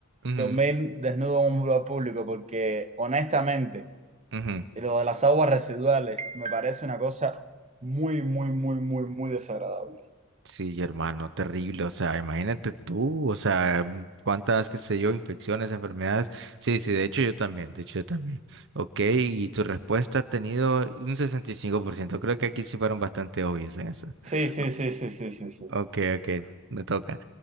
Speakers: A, on the right; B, on the right.
A: Ujú,
B: dormir desnudo en un lugar público porque honestamente
A: ujú.
B: lo de las aguas residuales me parece una cosa muy, muy, muy, muy, muy desagradable.
A: Sí, hermano, terrible. O sea, imagínate tú, o sea, mm, cuántas, qué sé yo, infecciones, enfermedades. Sí, sí, de hecho yo también, de hecho yo también. Ok, y tu respuesta ha tenido un 65%. Creo que aquí sí fueron bastante obvios en eso.
B: Sí, sí,
A: O-
B: sí, sí, sí, sí, sí.
A: Ok, ok, me toca.